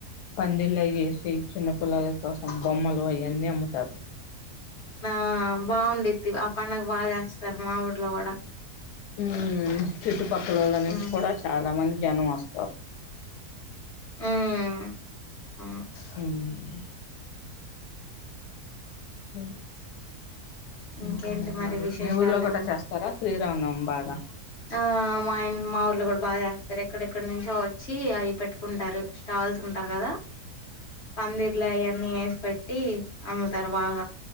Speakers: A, on the left (about 85°); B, on the left (about 45°).
A: పందిళ్లు అయిఏసి చిన్న పిల్లల కోసం బొమ్మలు అయన్నీ అమ్ము తారు
B: నా బాగుండిద్ది ఆ పండుగ బా చేస్తారు మా ఊర్లో కూడా
A: ఉమ్ చుట్టుపక్కలోళ్ళ
B: హ్మ్
A: నుంచి కూడా చాలా మంది జనం వస్తారు
B: ఉమ్ అవును
A: హ్మ్ <inaudible>
B: ఇంకేంటి
A: ఇంకా ఏం
B: మరి విశేషాలు
A: మీ ఊర్లో కూడా చేస్తారా శ్రీరామనవమి బాగా
B: ఆ మాయన్ మా ఊర్లొ గడు. బాగ జేస్తరు ఎక్కడెక్కడ్ నుంచో వచ్చీ అయ్ పెట్టుకుంటారు స్టాల్సుంటార్ గదా. పందిర్ల్ అయన్నీ ఏస్ పెట్టి. అమ్ముతార్ బాగ.